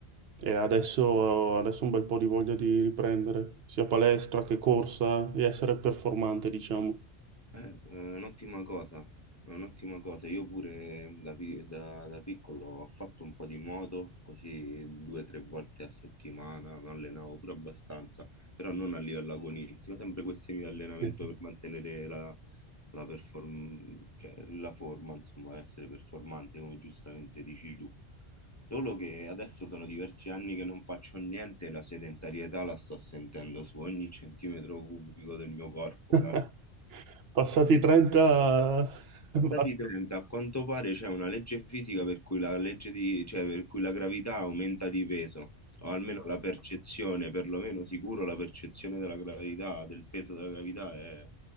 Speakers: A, on the right; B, on the left.
A: e adesso, adesso ho un bel po' di voglia di riprendere sia palestra che corsa e essere performante, diciamo.
B: Eh, è un'ottima cosa, è un'ottima cosa. Io pure da, pi- da- da piccolo ho fatto un po' di nuoto, così due o tre volte a settimana, mi allenavo pure abbastanza, però non a livello agonistico, sempre questioni di allenamento
A: Sì.
B: per mantenere la, la perform- cioè, la forma, insomma, essere performante, come giustamente dici tu. Solo che adesso sono diversi anni che non faccio niente e la sedentarietà la sto sentendo su ogni centimetro cubico del mio corpo,
A: <laughs>
B: calcolo.
A: Passati i 30,
B: Passati
A: <laughs>
B: i 30, a quanto pare c'è una legge fisica per cui la legge di, cioè per cui la gravità aumenta di peso, o almeno la percezione, perlomeno sicuro la percezione della gravità, del peso della gravità è,